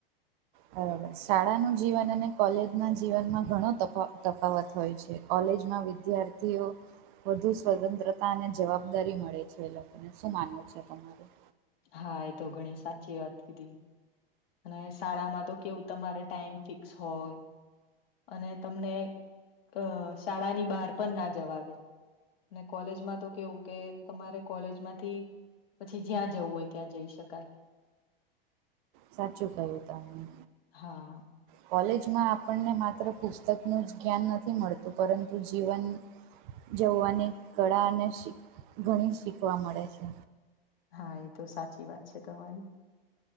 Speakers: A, on the right; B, on the left.
A: બરાબર શાળાનું જીવન અને કોલેજ ના જીવનમાં ઘણો તફા તફાવત હોય છે કોલેજમાં વિદ્યાર્થીઓ વધુ સ્વતંત્રતા અને જવાબદારી મળે છે એ લોકોને શું માનવું છે તમારું
B: હા એ તો ઘણી સાચી વાત કીધી. અને શાળામાં તો કેવું તમારે ટાઈમ ફિક્સ હોય. અને તમને અ શાળાની બહાર પણ ના જવા દે ને કોલેજમાં તો કેવું કે તમારે કોલેજમાંથી પછી જ્યાં જવું હોય ત્યાં જઈ શકાય.
A: સાચું કહ્યું તમેને.
B: હા
A: કોલેજમાં આપણને માત્ર પુસ્તકનું જ જ્ઞાન નથી મળતું પરંતુ જીવન જોવાની કળા અને ઘણી શીખવા મળે છે.
B: હા એ તો સાચી વાત છે તમારી.